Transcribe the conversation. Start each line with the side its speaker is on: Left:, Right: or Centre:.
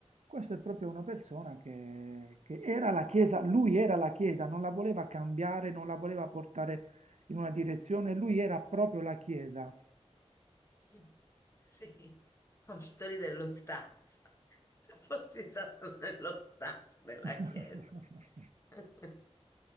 Right: questo è proprio una persona che, che era la Chiesa, lui era la Chiesa, non la voleva cambiare, non la voleva portare in una direzione, lui era proprio la Chiesa.
Left: mm, sì. Ho fatto ridere lo staff. <laughs> Se fossi stato nello staff della
Right: <laughs>
Left: chiesa. <laughs>